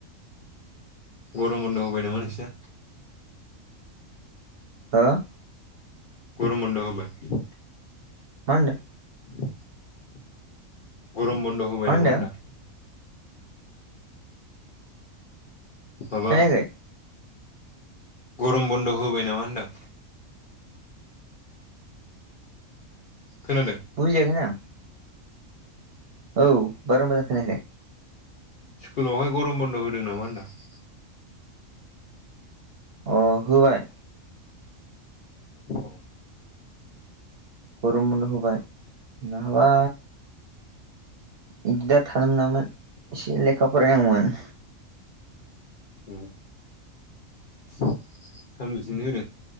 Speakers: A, on the left; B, on the right.
A: गरम बन्द' होबाय नामा नोंसोरना?
B: हो मा
A: गरम बन्द' होबाय।
B: मा होनदो?
A: <inaudible> गरम बन्द' होबाय
B: मा होनदों
A: नामा होनदां? माबा
B: खोनायाखै
A: गरम बन्द' होबाय नामा होनदां? खोनादों?
B: बुजियाखैनो आं। औ बारा मोजां खोनायाखै।
A: स्कुलावहाय गरम बन्द' होदों नामा होनदां?
B: अ' होबाय।
A: <inaudible>
B: गरम बन्द' होबाय नाहाबा इदि दा थानो मोनामोन एसे लेखा फरायनांगौमोन।
A: उम सानबोसेनो होदों?